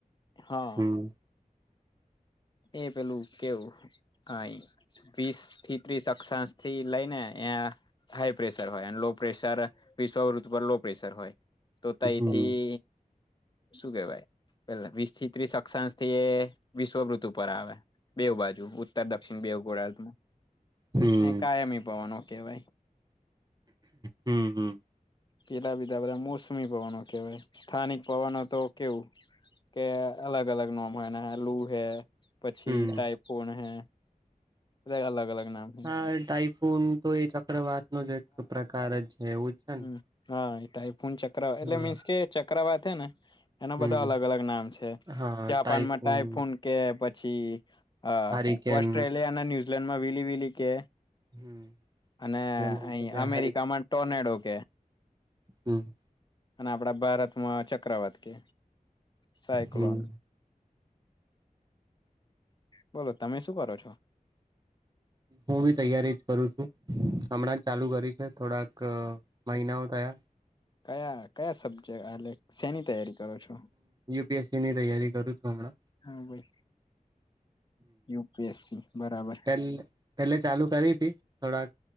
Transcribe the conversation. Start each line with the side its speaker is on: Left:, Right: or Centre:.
Left: હા
Right: હમ
Left: એ પેલું કેવું આઈ વીસ થી ત્રીસ અક્ષાશ થી લઈ ને એ હાઈ પ્રેશર હોય અને લો પ્રેશર વિશ્વૃતુ પર લો પ્રેશર હોય. તો ત‌ઇ
Right: હમ
Left: થી શું કેવાય પેલા વીસ થી ત્રીસ અક્ષાંશ થી એ વિશ્વવૃ ઉપર આવે બેવ બાજુ ઉત્તર દક્ષિણ બેવ ગોળાદમાં
Right: હમ
Left: કાયમી પવનો કેવાય.
Right: હું હું
Left: કેટા બીધા બધા મોસમી પવનો કેહેવાય સ્થાનિક પવનો તો કેવું. કે અલગ અલગ નોમ હોય ને લુ હે પછી
Right: હમ
Left: ટાઈપોન હે. લે અલગ અલગ નામ હે
Right: હા એ ટાઈફોન તો એ ચક્રવાત નો જ એક પ્રકાર જ છે એવું જ છે
Left: હું
Right: ને
Left: હા એ ટાયફોન ચક્ર એટલે
Right: હમ
Left: મીન્સ કે ચક્રવાત હે ને એના
Right: હમ
Left: બધા અલગ અલગ નામ છે.
Right: હા
Left: જાપાનમાં
Right: ટાઈફોન
Left: ટાઈફૂન કે પછી આ
Right: હારિકેન
Left: ઓસ્ટ્રેલિયા ને ન્યુઝીલેન્ડ માં વિલી વિલી કે.
Right: હમ
Left: અને
Right: અમુક
Left: અઈ
Right: જગ્યા
Left: અમેરિકામાં ટોનેડો.
Right: હમ્મ
Left: અને આપડા ભારતમાં ચક્રવાત કે સાયક્લોન.
Right: હમ
Left: બોલો તમે શું કરો છો?
Right: હું બી તૈયારી જ કરું છું. હમણાં જ ચાલુ કરી છે થોડાક ક મહિનાઓ થયા.
Left: કયા કયા સબ્જે અ એટલે શેની તૈયારી કરો છો?
Right: કેસીની તૈયારી કરું છું હમણાં
Left: હા ભાઈ યુપીએસસી બરાબર.
Right: પેલે પેલે ચાલુ કરી તી થોડાક